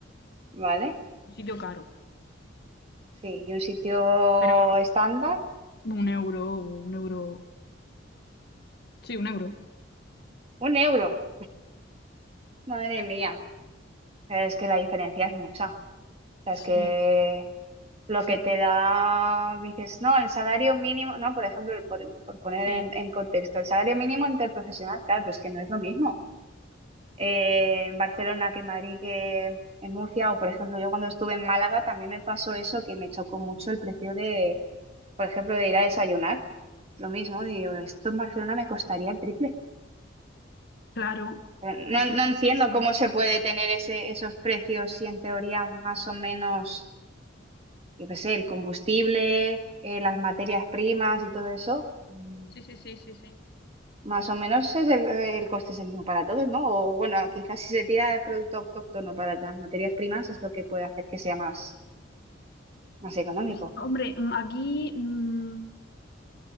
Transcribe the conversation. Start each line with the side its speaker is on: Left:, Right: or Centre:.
Right: ¿Vale?
Left: Un sitio caro.
Right: Sí, y un sitio
Left: Pero
Right: estándar,
Left: un euro, un euro. Sí, un euro.
Right: un euro. Madre mía, Pero es que la diferencia es mucha. O sea,
Left: Sí,
Right: es que lo
Left: sí,
Right: que te
Left: sí,
Right: da, dices, no, el salario mínimo, no, por ejemplo, por, por poner
Left: sí.
Right: en, en contexto, el salario mínimo interprofesional, claro, pues que no es lo mismo. eh, en Barcelona que en Madrid que en Murcia. O, por ejemplo, yo cuando estuve en Málaga también me pasó eso, que me chocó mucho el precio de, por ejemplo, de ir a desayunar. Lo mismo, digo, esto en Barcelona me costaría el triple.
Left: Claro.
Right: Pero No,
Left: Sí, sí,
Right: no
Left: sí,
Right: entiendo
Left: sí, sí.
Right: cómo se puede tener ese, esos precios si en teoría más o menos, yo qué sé, el combustible, eh, las materias primas y todo eso. mm,
Left: Sí, sí, sí, sí, sí.
Right: Más o menos es el, el coste es el mismo para todos, ¿no? O bueno, quizás si se tira el producto autóctono para las materias primas es lo que puede hacer que sea más, más económico.
Left: Pues, hombre, mm, aquí, mm,